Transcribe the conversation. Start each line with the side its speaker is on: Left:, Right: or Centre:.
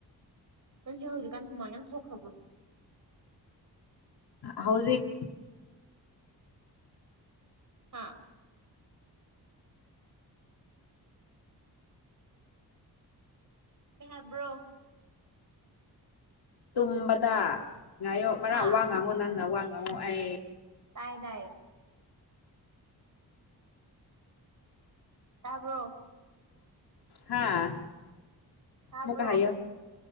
Right: ꯑꯩꯁꯨ ꯍꯧꯖꯤꯛꯀꯥꯟ ꯍꯨꯃꯥꯡ ꯌꯥꯝ ꯊꯣꯛ
Left: ꯍꯧꯖꯤꯛ
Right: ꯍꯥ ꯍꯥꯏꯦꯕ꯭ꯔꯣ
Left: ꯇꯨꯝꯕꯗ ꯉꯥꯏꯌꯣ ꯃꯔꯥ
Right: ꯍꯥ
Left: ꯋꯥ ꯉꯥꯡꯉꯨ ꯅꯪꯅ ꯋꯥ ꯉꯉꯨ ꯑꯩ
Right: ꯇꯥꯏꯌꯦ ꯇꯌꯦ ꯇꯥꯕ꯭ꯔꯣ
Left: ꯍꯥꯥ
Right: ꯇꯥꯕ꯭ꯔꯣ
Left: ꯃꯨ ꯀꯥꯏꯌꯣ